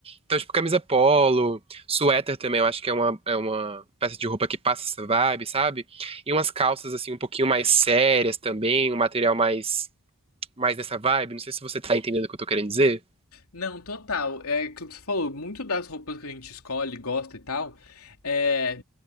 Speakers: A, on the right (about 25°); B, on the left (about 75°).
A: Então, tipo, camisa polo, suéter também, eu acho que é uma, é uma peça de roupa que passa essa vibe, sabe? E umas calças, assim, um pouquinho mais sérias também, um material mais, mais dessa vibe. Não sei se você tá entendendo o que eu tô querendo dizer.
B: Não, total. É aquilo que você falou, muito das roupas que a gente escolhe, gosta e tal, é,